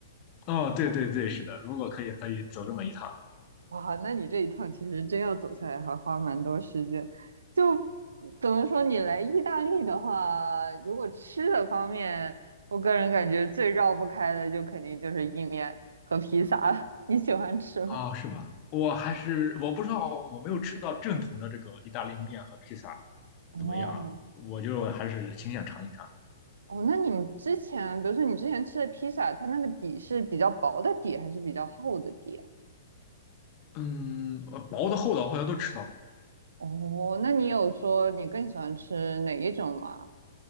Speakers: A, on the left; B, on the right.
A: 哦，对对对，是的，如果可以，可以走这么一趟。
B: 哇，那你这一趟其实真要走下来，还花蛮多时间。就怎么说，你来意大利的话，如果吃的方面，我个人感觉最绕不开的，就肯定就是意面和披萨了。<laughs> 你喜欢吃吗？
A: 哦，是吧？我还是我不知道，我没有吃到正统的这个意大利面和披萨
B: 哦
A: 怎么样，我就还是挺想尝一尝。
B: 哦，那你们之前，比如说你之前吃的披萨，它那个底是比较薄的底，还是比较厚的底啊
A: 嗯，呃薄的、厚的我好像都吃到过，
B: 哦，那你有说你更喜欢吃哪一种吗？